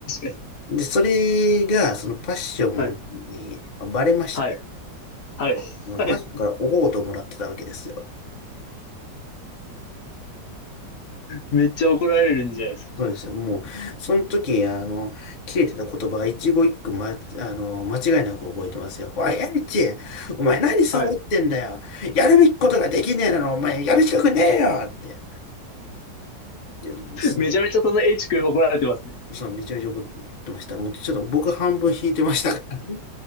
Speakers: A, on the left; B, on the left.
A: に。
B: で、それが、そのパッションにまあバレまして、
A: はい。はい。はい。
B: あのパッションからおごごとをもらってたわけですよ。
A: はい。めっちゃ怒られるんじゃないです
B: そうですよ。もう、その時、あの、切れてた言葉、一語一句、ま、あの、間違いなく覚えてますよ。おい、エリチ、お前何サボってんだよ。
A: か。はい。
B: やるべきことができねえなら、お前やる資格ねえよって。いや、もうすぐ、
A: めちゃめちゃその H 君怒られてますね。
B: そう、めちゃめちゃ怒ってました。もうちょっと僕半分引いてましたからね。